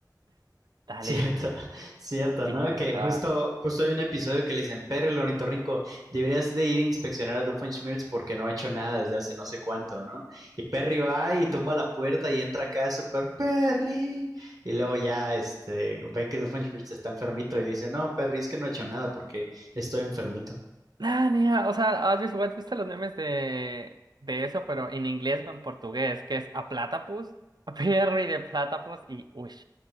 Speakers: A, on the right; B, on the right.
A: Dale,
B: Cierto, <laughs> cierto,
A: no, sí,
B: ¿no?
A: dale,
B: Que
A: estaba...
B: justo, justo hay un episodio que le dicen, Perry el ornitorrinco, deberías de ir a inspeccionar a Doofenshmirtz porque no ha hecho nada desde hace no sé cuánto, ¿no? Y Perry va y toma la puerta y entra acá súper Perry. Y luego ya este, ve que Doofenshmirtz está enfermito y le dice, no, Perry, es que no he hecho nada porque estoy enfermito.
A: Ah, nea, o sea, ¿has visto, has visto los memes de, de eso, pero en inglés o en portugués, que es a platypus, a perro y de platypus y ush.